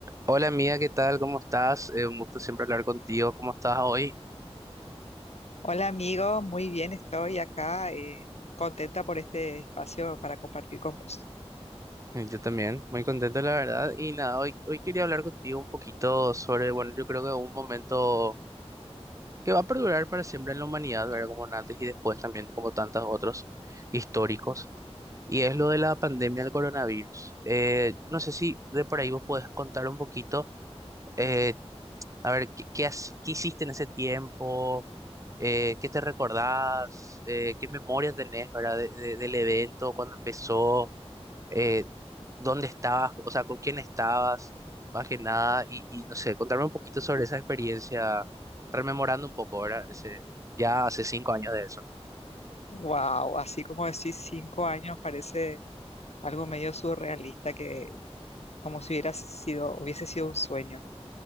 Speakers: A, on the right (about 30°); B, on the left (about 75°).
A: Hola amiga, ¿qué tal? ¿Cómo estás? Eh, un gusto siempre hablar contigo. ¿Cómo estás hoy?
B: Hola amigo, muy bien, estoy acá eh, contenta por este espacio para compartir con vos.
A: Eh, Yo también, muy contento la verdad. Y nada, hoy, hoy quería hablar contigo un poquito sobre, bueno, yo creo que un momento que va a perdurar para siempre en la humanidad, ¿verdad? Como un antes y después también, como tantos otros históricos. Y es lo de la pandemia del coronavirus. Eh, no sé si de por ahí vos podés contar un poquito. eh, A ver, ¿qué, qué, haci- qué hiciste en ese tiempo? Eh, ¿qué te recordás? Eh, ¿qué memorias tenés, verdad, de- de- del evento, cuando empezó? Eh, ¿dónde estabas? O sea, ¿con quién estabas? Más que nada, y, y no sé, contarme un poquito sobre esa experiencia, rememorando un poco, ¿verdad? Ese, ya hace cinco años de eso.
B: Wow, así como decís, cinco años parece algo medio surrealista que como si hubiera sido, hubiese sido un sueño